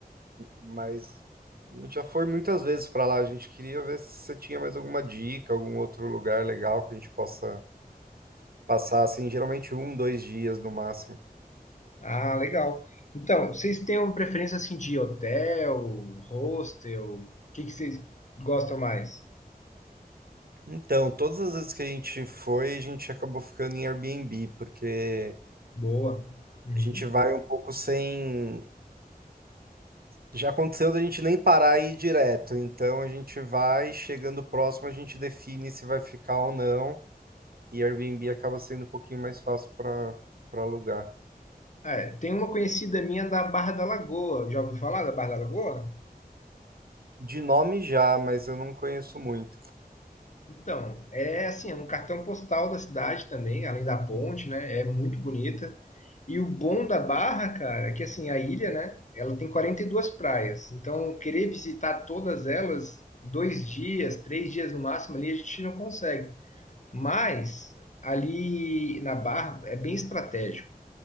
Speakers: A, on the right; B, on the left.
A: mas a gente já foi muitas vezes para lá. A gente queria ver se você tinha mais alguma dica, algum outro lugar legal que a gente possa passar, assim, geralmente um, dois dias no máximo.
B: Ah, legal. Então, vocês têm uma preferência assim de hotel, hostel? O que que vocês gostam mais?
A: Então, todas as vezes que a gente foi, a gente acabou ficando em Airbnb, porque
B: Boa. Uhum.
A: a gente vai um pouco sem Já aconteceu da gente nem parar e ir direto, então a gente vai, chegando próximo, a gente define se vai ficar ou não, e Airbnb acaba sendo um pouquinho mais fácil para para alugar.
B: É, tem uma conhecida minha da Barra da Lagoa. Já ouviu falar da Barra da Lagoa?
A: De nome já, mas eu não conheço muito.
B: Então, é assim, é um cartão postal da cidade também, além da ponte, né? É muito bonita. E o bom da Barra, cara, é que assim, a ilha, né? Ela tem 42 praias. Então, querer visitar todas elas, em dois dias, três dias no máximo ali, a gente não consegue. Mas ali na Barra é bem estratégico.